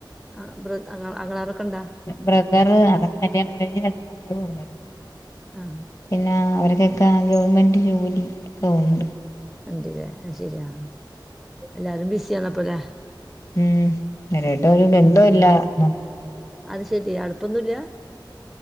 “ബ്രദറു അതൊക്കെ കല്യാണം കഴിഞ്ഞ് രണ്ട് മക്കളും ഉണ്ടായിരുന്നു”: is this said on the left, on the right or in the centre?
Left